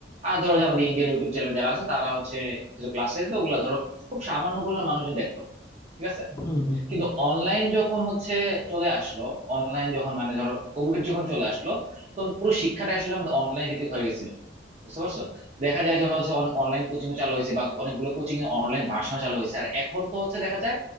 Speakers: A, on the right; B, on the left.
A: আর ধরো যে আমাদের ইন্ডিয়ান ইউটিউব চ্যানেল যারা আছে তারা হচ্ছে কিছু ক্লাস তো ওগুলা ধরো খুব সামান্য পরিমাণ মানুষজন দেখতো ঠিক আছে
B: হুম হুম হুম।
A: কিন্তু অনলাইন যখন হচ্ছে চলে আসলো অনলাইন যখন মানে ধরো কোভিড যখন চলে আসলো তখন পুরো শিক্ষাটা আসলে আমাদের অনলাইন ভিত্তিক হয়ে গেছিল বুঝতে পারছো দেখা যায় যে হচ্ছে অনেক অনলাইন কোচিং চালু হয়েছে বা অনেকগুলো কোচিং এ অনলাইন ভার্সন চালু হয়েছে আর এখন তো হচ্ছে দেখা যায়